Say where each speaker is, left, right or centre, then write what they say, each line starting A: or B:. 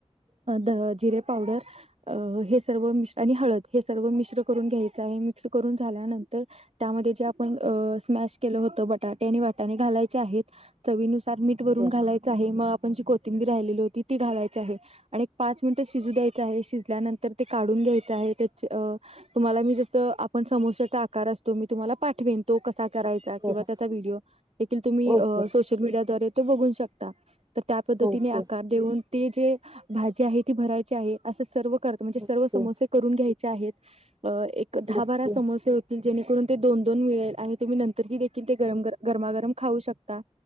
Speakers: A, on the right; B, on the right.
A: द जिरे पावडर अ हे सर्व मिश आणि हळद हे सर्व मिश्र करून घ्यायचं आहे, मिक्स करून झाल्यानंतर त्यामध्ये जे आपण स्मॅश केलं होतं बटाटे आणि वटाणे घालायचे आहेत चवीनुसार मीठ वरून
B: हो
A: घालायचं आहे म आपण जी कोथिंबी राहिलेली होती ती घालायचं आहे. आणि एक पाच मिनिटं शिजू द्यायचं आहे शिजल्यानंतर ते काढून घ्यायचं आहे त्याच्या तुम्हाला मी जसं आपण समोस्याचा आकार असतो मी तुम्हाला पाठवेन. तो कसा करायचा
B: हो
A: किंवा
B: हो
A: त्याचा व्हिडिओ देखील तुम्ही
B: ओके
A: सोशल मीडियाद्वारे तो बघू शकता तर त्या पद्धतीने
B: ओके
A: आकार देऊन ते जे भाजी आहे ती भरायची आहे. असं सर्व करत म्हणजे सर्व
B: ओके
A: समोसे करून घ्यायचे आहेत एक दहा,
B: ओके
A: बारा समोसे
B: ओके
A: जेणेकरून ते दोन, दोन मिळेल आहे तुम्ही नंतर क देखील ते गरम गरमागरम खाऊ शकता.